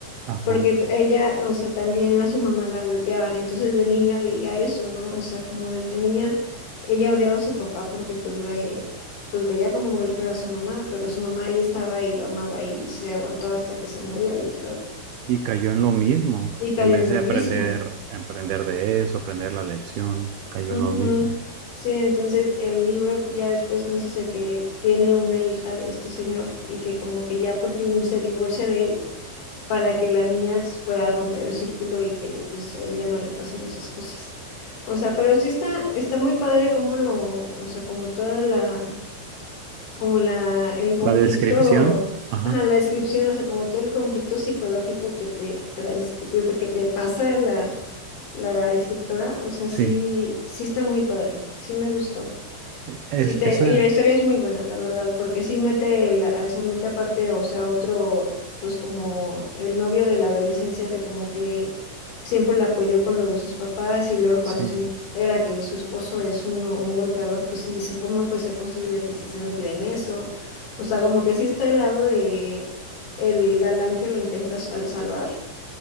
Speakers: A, on the right; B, on the left.
A: Ajá.
B: porque t- ella, o sea, también a su mamá la golpeaban, entonces de niña veía eso, ¿no? O sea, como desde niña ella odiaba a su papá porque pues la, eh, pues veía cómo golpeaba a su mamá, pero su mamá ahí estaba y lo amaba y se aguantó hasta que se murió, literal,
A: Y cayó en lo mismo.
B: y cayó
A: En vez
B: en
A: de
B: lo mismo.
A: aprender, aprender de eso, aprender la lección, cayó
B: Ujú.
A: en lo mismo.
B: Sí, entonces el libro ya después consiste que tiene una hija de este señor y que como que ya por fin se divorcia de él para que la niña s- pueda romper el círculo y que pues a ella no le pasen esas cosas. O sea, pero sí está, está muy padre como lo, o sea, como toda la, como la, el conflicto,
A: La descripción, ajá,
B: ajá, la descripción, o sea, como todo el conflicto psicológico que te transcri- que te pasa la, la escritora, o sea,
A: sí.
B: sí, sí está muy padre, sí me gustó.
A: Es,
B: Sí te,
A: eso,
B: y la historia es muy buena, la verdad, porque sí mete, la, se mete aparte, o sea, otro, pues como el novio de la adolescencia que como que siempre la apoyó con lo de sus papás y luego
A: sí.
B: cuando se entera que su esposo es un, un golpeador, pues sí dice, ¿cómo puede ser posible que esté metida en eso? O sea, como que sí está al lado de el galán que la intenta s- al salvar.